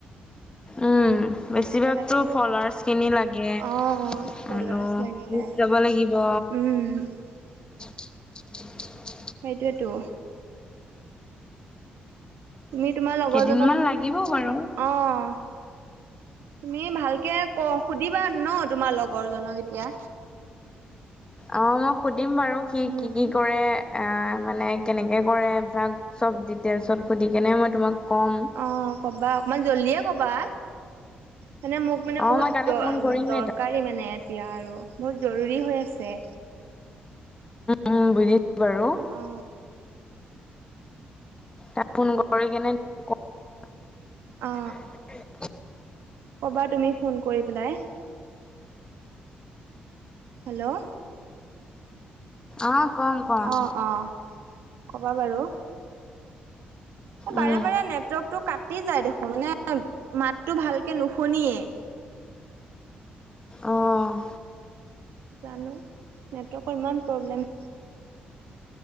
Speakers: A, on the left; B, on the right.
A: উম,
B: কেমেৰা
A: বেছিভাগতো
B: এটা লাগিল
A: ফলৱাৰছ কিনি লাগে
B: অ', অ', ফলোৱাৰ্চ
A: আৰু
B: লাগিলে।
A: গুপ যাব লাগিব।
B: উম, <inaudible>
A: <unintelligible>
B: সেইটোৱেটো তুমি তোমাৰ লগৰজনক
A: কেইদিনমান লাগিব বাৰু।
B: অহ' তুমি ভালকে ক সুধিবা ন তোমাৰ লগৰ জনক এতিয়া
A: অ' মই সুধিম বাৰু সি
B: উম
A: কি কি কৰে আহ মানে কেনেকৈ কৰে ভাক চ'ব ডিটেইলছত সুধিকেনে মই তোমাক ক'ম।
B: অ' কবা অকমান জল্দিয়ে কবা। মানে মোক মানে
A: অ',
B: বহুত
A: মই কালি
B: দ
A: ফোন কৰিমেই
B: দৰকাৰী
A: তাক,
B: মানে এতিয়া আৰু বহুত জৰুৰী হৈ আছে।
A: উম, বুজিছোঁ বাৰু।
B: অ
A: তাক ফোন কৰি কেনে ক'ৰ <unintelligible>
B: অ ক'বা তুমি ফোন কৰি পেলাই হেল্ল'
A: অহ' কম কম
B: অ অ কবা বাৰু
A: উম,
B: বাৰে বাৰে নেটৱৰ্কটো কাট কাটি যায় দেখোন, মানে মাতটো ভালকে নুশুনিয়েই।
A: অহ'
B: জানোঁ নেটৱৰ্কৰ ইমান প্ৰব্লেম